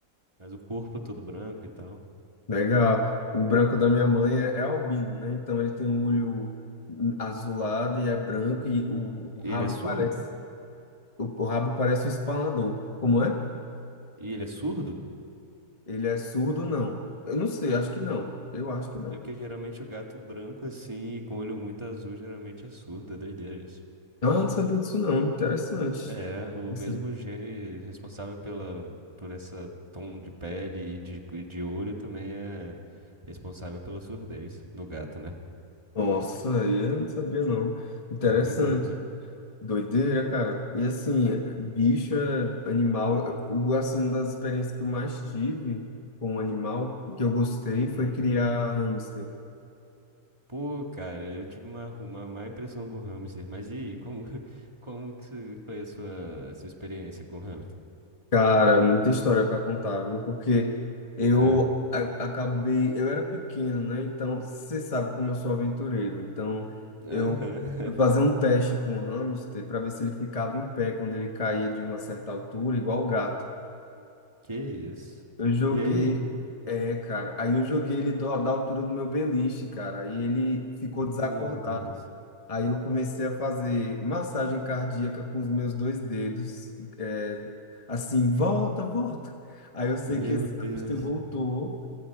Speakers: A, on the right; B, on the left.
A: mas o corpo é todo branco e tal.
B: Legal. O branco da minha mãe é, é albino, né? Então ele tem um olho azulado e é branco e o,
A: E
B: o rabo
A: ele é surdo?
B: parece o, o rabo parece um espanador. Como é?
A: E ele é surdo?
B: Ele é surdo, não? Eu não sei, acho que não. Eu acho que não.
A: É porque geralmente o gato branco assim, e com olho muito azul, geralmente é surdo, é doideira isso.
B: Ah, eu não sabia disso não. Interessante.
A: É, o
B: Assim.
A: mesmo gene responsável pela, por essa tom de pele e de, e de olho também é responsável pela surdez no gato, né?
B: Nossa, eu não sabia não. Interessante.
A: É doideira, né?
B: Doideira, cara. E assim, bicho, é animal, o, assim, uma das experiências que eu mais tive com um animal, que eu gostei,
A: Uhum.
B: foi criar hamster.
A: Pô, cara, eu tive uma, uma má impressão com o hamster. Mas e aí, como, <laughs> como que se- foi a sua, a sua experiência com o hamster?
B: Cara, muita história para contar, viu? Porque eu
A: É.
B: a- acabei, eu era pequeno, né? Então, você sabe como eu sou aventureiro. Então,
A: Aham.
B: eu fui fazer
A: <laughs>
B: um teste com o hamster para ver se ele ficava em pé quando ele caía de uma certa altura, igual o gato.
A: Que isso?
B: Eu joguei,
A: E aí?
B: é, cara. Aí eu joguei ele do- da altura do meu beliche, cara. Aí ele ficou desacordado.
A: Meu Deus.
B: Aí eu comecei a fazer massagem cardíaca com os meus dois dedos, é, assim, volta, volta. Aí eu sei
A: Meu
B: que esse
A: Deus.
B: hamster voltou